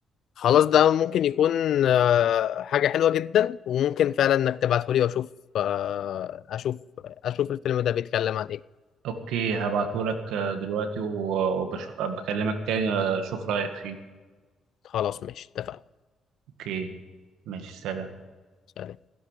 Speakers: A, on the left; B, on the right.
A: خلاص ده ممكن يكون آه، حاجة حلوة جدا وممكن فعلا انك تبعته لي واشوف آه، اشوف اشوف الفيلم ده بيتكلم عن ايه
B: اوكي هبعته لك دلوقتي وبكلمك تاني آه، اشوف رايك فيه
A: خلاص ماشي اتفقنا
B: اوكي ماشي سلام
A: سلام.